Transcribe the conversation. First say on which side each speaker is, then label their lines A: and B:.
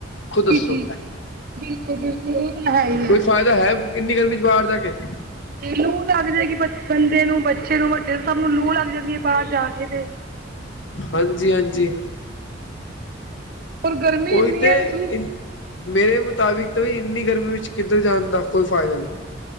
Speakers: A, on the left; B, on the right.
A: ਖੁਦੱ
B: ਜੀ
A: ਹਸੋ,
B: ਜੀ ਬਿਲਕੁਲ ਬਿਲਕੁਲ ਉਹ ਤਾਂ ਹੈ ਹੀ ਹੈ।
A: ਕੋਈ ਫਾਇਦਾ ਹੈ, ਕਿਣ ਨੀ ਗਰਮੀ ਚ ਬਾਰ ਜਾ ਕੇ
B: ਲੂ ਲੱਗ ਜੇਗੀ ਬਚ ਬੰਦੇ ਨੂੰ, ਬੱਚੇ ਨੂੰ, ਵੱਡੇ ਨੂੰ, ਸਭ ਨੂੰ ਲੂ ਲੱਗ ਜਾਂਦੀ ਏ, ਬਾਰ ਜਾ ਕੇ ਤੇ।
A: ਹਾਂਜੀ ਹਾਂਜੀ।
B: ਔਰ ਗਰਮੀ ਇੰਨੀ
A: ਓਹੀ ਤੇ
B: ਹੈ ਤੁਸੀਂ
A: ਇਨ ਮੇਰੇ ਮੁਤਾਬਿਕ ਤੇ ਇੰਨੀ ਗਰਮੀ ਵਿੱਚ ਕਿੱਧਰ ਜਾਣ ਦਾ ਕੋਈ ਫਾਇਦਾ ਨੀ ‌।